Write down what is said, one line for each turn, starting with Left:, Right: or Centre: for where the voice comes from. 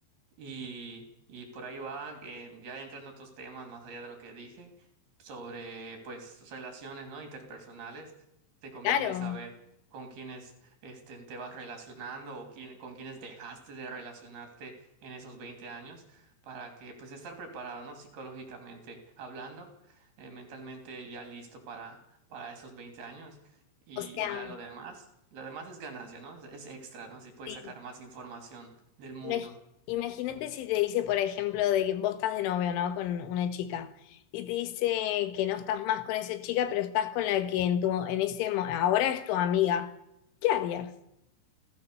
Right: Y, y por ahí va, eh, ya entran otros temas más allá de lo que dije, sobre pues relaciones, ¿no? Interpersonales. Te conviene
Left: claro,
Right: saber con quiénes este, te vas relacionando o quién, con quiénes dejaste de relacionarte en esos 20 años para que pues estar preparado, ¿no? Psicológicamente hablando, eh, mentalmente ya listo para, para esos 20 años y
Left: o sea,
Right: ya lo demás. Lo demás es ganancia, ¿no? Es, es extra, ¿no? Si puedes
Left: sí.
Right: sacar más información del mundo.
Left: Imag- Imagínate si te dice, por ejemplo, de que vos estás de novio, ¿no? Con una chica y te dice que no estás más con esa chica, pero estás con la que en tu, en ese, mo- ahora es tu amiga. ¿Qué harías?